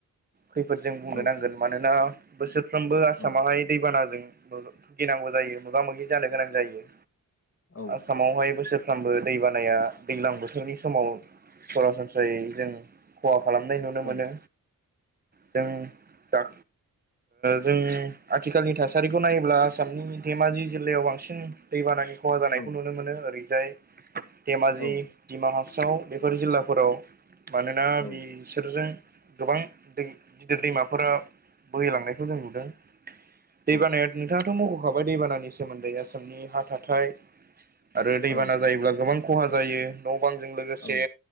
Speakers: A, on the right; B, on the left.
A: खैफोदजों बुंनो
B: औ
A: नांगोन मानोना बोसोरफ्रोमबो आसामावाहाय
B: औ
A: दैबानाजों भुगिनांगौ जायो मोगा -मोगि जानो गोनां जायो।
B: औ
A: आसामावहाय बोसोरफ्रामबो दै बानाया दैज्लां बोथोरनि समाव सरासनस्रायै जों खहा खालामनाय नुनो
B: औ
A: मोनो। जों दा जों आथिखालनि थासारिखौ नायोब्ला आसामनि धेमाजि जिल्लायाव बांसिन दैबानानि खहा जानायखौ
B: औ
A: नुनो मोनो ओरैजाय धेमाजि,
B: औ
A: दिडिमा हासाव बेफोर जिल्लाफोराव मानोना
B: औ
A: बि बिसोरजों गोबां दै गिदिर दैमाफोरा बोहैलांनायखौ जों नुदों।
B: औ
A: दैबानाया नोंथाङाथ' मख'खाबाय दैबानानि सोमोन्दै आसामनि हा थाथाय आरो दैबाना
B: औ
A: जायोब्ला गोबां खहा जायो न' बांजों लोगोसे
B: औ